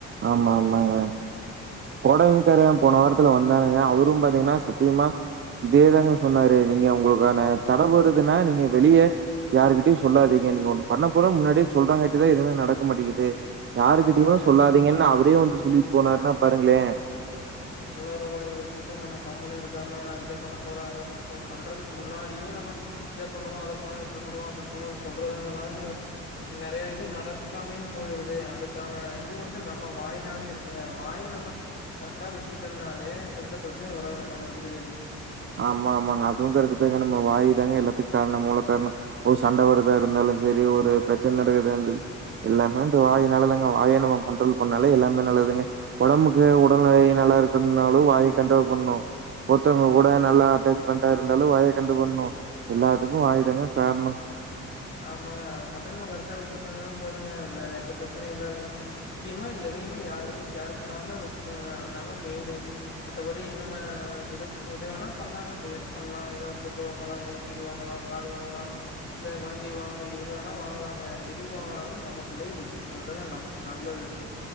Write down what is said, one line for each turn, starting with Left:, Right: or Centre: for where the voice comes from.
Right: ஆமா ஆமாங்க பொடவைங்காரன் போன வாரத்துல வந்தானுங்க அவரும் பாத் திங்கனா சத்தியமா இதேதாங்க சொன்னாரு நீங்க உங்களுக்கான
Left: சரிங்க
Right: தட படுதுன்னா நீங் ங்க வெளிய யாருகிட்டயும் சொல்லாதீங்க நீங்க ஒண்ணு பண்ண போற முன்னாடியே சொல்றாங்கான்டிதான் எதுமே நடக்க மாட்டிக்குது யாருக்கிட்டயுமே
Left: ஆமாங்க
Right: சொல்லாது அவரே வந்து சொல்லிட்டு போனாருன்னா பாருங்களேன்
Left: உலறு வாய வச்சுக்கிட்டு நம்ம கம்முன்னு இருக்காம நான் இத பண்ண போறேன் அத பண்ண போறேன் பண்றதுக்கு முன்னாடியே நம்ம இத பண்ணுவோம் அத பண்ணுவோம் இப்டி பண்ணுவோம் அப்டி பண்ணுவும்னு சொல்றதுனால தானங்க நெறைய இது நடக்காமையும் போயிருது அதுக்கான இது வந்து நம்ம வாயினாலே இருக்குங்க வாய நம்ம கரெக்டா வச்சுக்கிட் டம்னாலே எந்த பிரச்சனையும் வராதுங்க நம்ம வீடு தேடி
Right: ஆமா ஆமாங்க அதுவும் கரெக்டுதாங்க நம்ம வாயி தாங்க எல்லாத்துக்கு காரணம் மூல காரணம் ஒரு சண்டை வரதா இருந்தாலும் சரி ஒரு பிரச்சன நடக்குறதா இருந்தா எல்லாமே அந்த வாயி நாலதாங்க வாய நம்ம கண்ட்ரோல் பண்ணாலே எல்லாமே நல்லதுங்க உடம்புக்கு உடல்நிலை நல்லா இருக்குனாலும் வாய கண்ட்ரோல் பண்ணணும் ஒருத்தவுங்க ஊட நல்லா அட்டாச்மெண்டா இருந்தாலும் வாய கண்டு பண்ணணும் எல்லாத்துக்கும் வாய்தாங்க காரணம்
Left: ஆமாங்க அத மட்டும் நாம்ப கரெக்டா வச்சுக்கிட்டம்னா போதுங்க வேற எந்த பிரச்சனையும் இல்லைங்க முக்கியமா எதையுமே யார்கிட்டயும் ஷேர் பண்ணாம வச்சுக்கணுங்க அதாங்க மெயினு மத்தபடி நம்ப எது வேணா பண்ணலாங்க தொழில் பண்ணலாம் ஏதாவது பொருள் வாங்கலாம் எதாவது வீடு வாங்கலாம் காடு வாங்கலாம் இல்ல வண் டி வாங்கலா எது வேணா வாங்கலாங்க எது வாங்னாலும் நமக்குள்ளேயே வச்சுக்கறதாங்க நமக் நல்லது